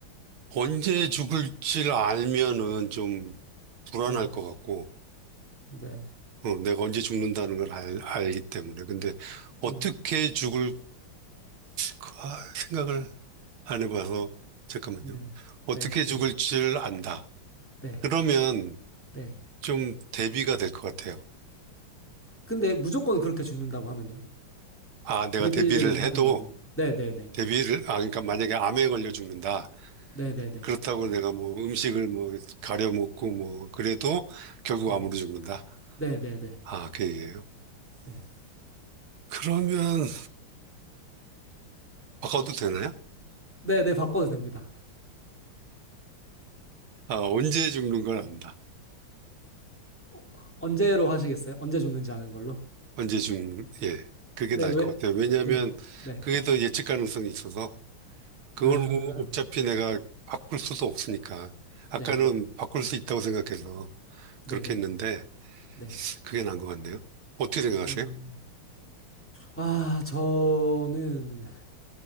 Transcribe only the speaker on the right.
언제 죽을지 알면은 좀 불안할
것 같고,
어, 내가 언제 죽는다는 걸 알, 알기 때문에. 근데 어떻게
죽을 까 생각을 안 해봐서, 잠깐만요.
어떻게
죽을
줄 안다.
그러면
좀 대비가 될 것 같아요.
아, 내가
대비를 해도,
대비를, 아, 그러니까 만약에 암에 걸려 죽는다.
그렇다고 내가 뭐 음식을 뭐 가려 먹고 뭐 그래도 결국
암으로 죽는다.
아, 그 얘기예요.
그러면 바꿔도 되나요?
아, 언제 죽는 걸 안다.
언제 죽는, 예. 그게
나을
것 같아요. 왜냐하면
그게 더 예측 가능성이 있어서 그걸
어차피 내가 바꿀 수도 없으니까. 아까는
바꿀 수 있다고 생각해서
그렇게
했는데
그게 나은 것 같네요. 어떻게 생각하세요?